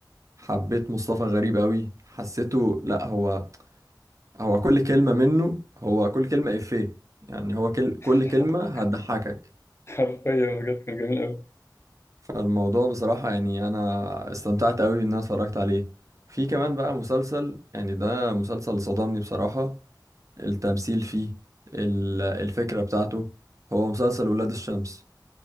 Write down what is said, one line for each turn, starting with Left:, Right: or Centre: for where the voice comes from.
Right: حبيت مصطفى غريب قوي حسيته لا هو هو كل كلمة منه هو كل كلمة إفيه يعني هو كل
Left: <laughs>
Right: كل كلمة هتضحكك
Left: حرفيا بجد كان جميل أوي
Right: فالموضوع بصراحة يعني أنا استمتعت أوي إن أنا اتفرجت عليه في كمان بقى مسلسل يعني ده مسلسل صدمني بصراحة التمثيل فيه ال- الفكرة بتاعته هو مسلسل ولاد الشمس